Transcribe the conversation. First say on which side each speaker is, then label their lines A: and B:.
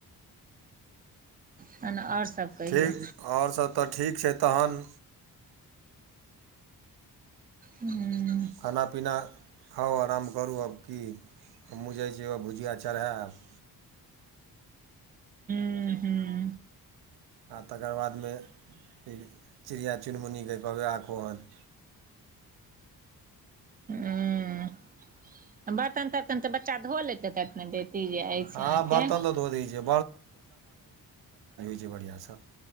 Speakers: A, on the right; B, on the right.
A: तहन आर सभ कहियौ।
B: ठीक आओर सभ तऽ ठीक छै तहन
A: हूं।
B: खाना-पीना खाउ आराम करू आब कि? हमहूं जै छी आब भुजिया चढे़ब।
A: हू़ं-हूं।
B: आ तकर बाद में ई चिड़िया- चुनमुनी के कहबै आ खो-हन।
A: हूँ बर्तन तर्तन तऽ बच्चा धो लेतै त दे इ जे अछि
B: अहाँ
A: अहाँके।
B: बर्तन तऽ धो दै छियै जे बढ़िआँसँ <unintelligible>